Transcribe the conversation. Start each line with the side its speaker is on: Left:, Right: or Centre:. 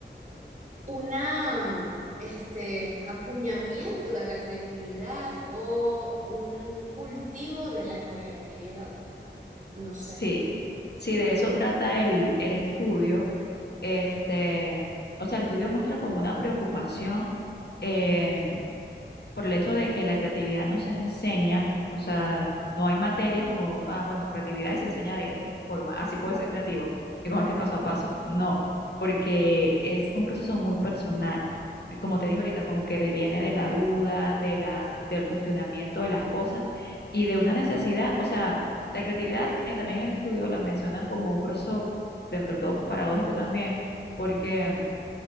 Right: una, mm, este, acuñamiento de la creatividad o un cultivo de la creatividad. No sé.
Left: Sí, sí, de eso trata el, el estudio. Este, o sea, el estudio muestra como una preocupación em, por el hecho de que la creatividad no se enseña, o sea, no hay materias como, ah, bueno, creatividad y se enseña de esta, de esta forma, así puedes ser creativo, y con este paso a paso. No, porque es un proceso muy personal. de- Como te dije ahorita, como que deviene de la duda, de la, del cuestionamiento de las cosas y de una necesidad, o sea, la creatividad eh, también en el estudio la mencionan como un proceso, dentro de todo, paradójico también, porque